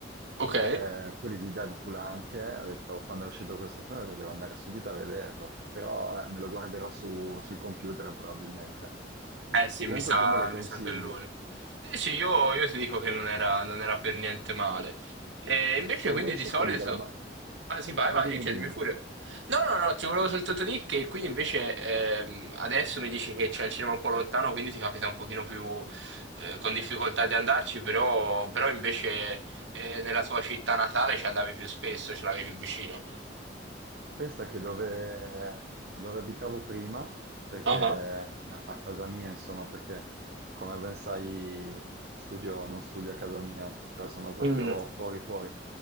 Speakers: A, on the right; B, on the right.
A: Ok.
B: eh, quelli di Deadpool anche, ho detto quando è uscito questo film ho detto, devo andare subito a vederlo, però vabbè, me lo guarderò su- sul computer probabilmente.
A: Eh sì,
B: Comunque
A: mi sa,
B: tu me lo consigli,
A: mi sa che è lui. Eh sì, io, io ti dico che non era, non era per niente male. E invece
B: ma
A: quindi
B: invece
A: di solito...
B: quelli della... Ma...
A: Ah sì, vai,
B: Ah,
A: vai,
B: dimmi,
A: chiedimi
B: dimmi.
A: pure. No, no, no, ti volevo soltanto dire che qui invece ehm, adesso mi dici che c'è il cinema un po' lontano, quindi ti capita un pochino più eh, con difficoltà di andarci, però, però invece eh, nella tua città natale ci andavi più spesso, ce l'avevi più vicino.
B: Ah, Pensa che dove, dove abitavo prima, perché
A: Ah,
B: eh,
A: ah.
B: a casa mia, insomma, perché come ben sai, studio, non studio a casa mia, cioè sono proprio
A: Mm,
B: fuori fuori.